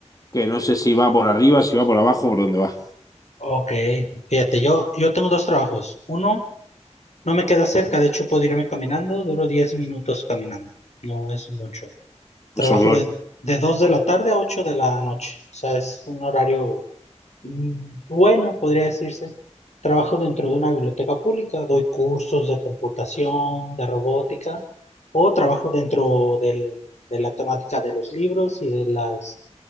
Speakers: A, on the left; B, on the left.
A: que no sé si va por arriba, si va por abajo, por dónde va.
B: ok. Fíjate, yo, yo tengo dos trabajos. Uno, no me queda cerca, de hecho puedo irme caminando, duro 10 minutos caminando. No es mucho. Trabajo
A: Eso, Gloria.
B: de, de 2 de la tarde a 8 de la noche. O sea, es un horario Mm, Bueno, podría decirse. Trabajo dentro de una biblioteca pública, doy cursos de computación, de robótica, o trabajo dentro del- de la temática de los libros y de las,